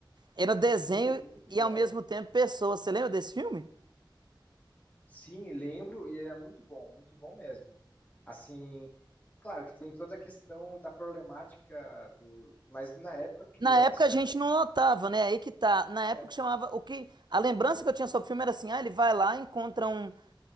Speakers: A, on the right; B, on the left.
A: Era desenho
B: Sim, muito
A: e
B: bom.
A: ao mesmo tempo pessoa. Você lembra desse filme?
B: Sim, lembro e é muito bom, muito bom mesmo. Assim, claro que tem toda a questão da problemática do, mas na época criança,
A: Na época a gente não notava, né? Aí que tá. Na época
B: é.
A: chamava o que a lembrança que eu tinha sobre o filme era assim, ah, ele vai lá, encontra um,